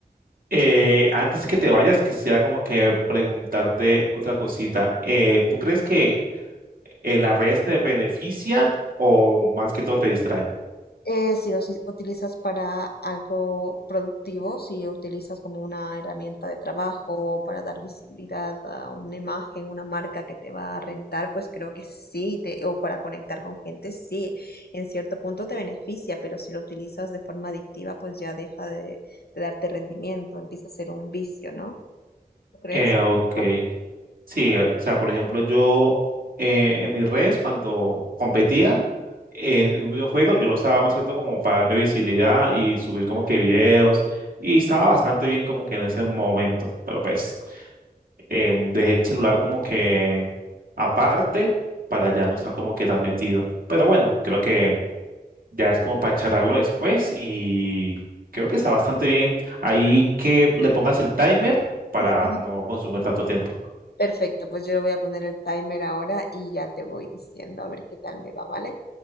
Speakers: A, on the right; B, on the left.
A: Eh, antes que te vayas, quisiera como que preguntarte otra cosita. Eh, ¿tú crees que eh, las redes te benefician o más que todo te distraen?
B: Eh, sí, o si utilizas para algo productivo, si utilizas como una herramienta de trabajo para dar visibilidad a una imagen, una marca que te va a rentar, pues creo que sí, te, o para conectar con gente, sí, en cierto punto te beneficia, pero si lo utilizas de forma adictiva, pues ya deja de, de darte rendimiento, empieza a ser un vicio, ¿no? ¿Tú crees?
A: Eh, ok.
B: Igual.
A: Sí, eh, o sea, por ejemplo, yo eh, en mi res, cuando competía en, en un videojuego, yo lo usaba más que todo como para darme visibilidad y subir como que videos. Y estaba bastante bien como que en ese momento, pero pues eh, dejé el celular como que aparte para ya no estar como que tan metido. Pero bueno, creo que ya es como para charlarlo después y creo que está bastante bien ahí que le pongas el timer para
B: Ujú.
A: no consumir tanto tiempo.
B: Perfecto, pues yo le voy a poner el timer ahora y ya te voy diciendo a ver qué tal me va, ¿vale?